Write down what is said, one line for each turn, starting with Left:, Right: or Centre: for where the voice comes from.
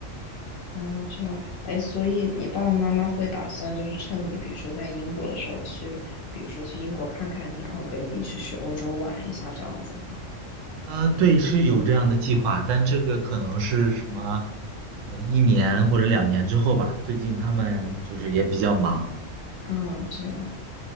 Left: 哦这样。
Right: 对，
Left: 哎，所以你爸爸妈妈会打算就是趁你，比如说在英国的时候去，比如说去英国看看你，然后跟你一起去欧洲玩一下这样子吗？
Right: 啊，对，是有这样的计划，但这个可能是什么，呃，一年或者两年之后吧。最近他们就是也比较忙。
Left: 啊，这样